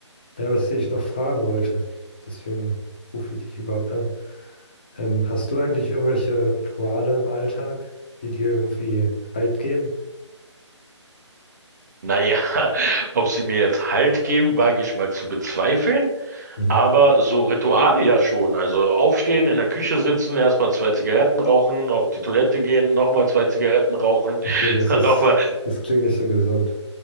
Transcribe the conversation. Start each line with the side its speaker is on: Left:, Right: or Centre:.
Left: Ja, was ich noch fragen wollte, deswegen rufe ich dich überhaupt an. Ähm, hast du eigentlich irgendwelche Rituale im Alltag, die dir irgendwie Halt geben?
Right: Naja, <laughs> ob sie mir jetzt Halt geben, wage ich mal zu bezweifeln.
Left: Mhm.
Right: Aber
Left: <laughs>
Right: so Rituale ja schon. Also aufstehen, in der Küche sitzen, erstmal zwei Zigaretten rauchen, auf die Toilette gehen, nochmal zwei Zigaretten rauchen, <laughs>
Left: Okay, das
Right: dann
Left: ist,
Right: nochmal.
Left: das klingt nicht so gesund.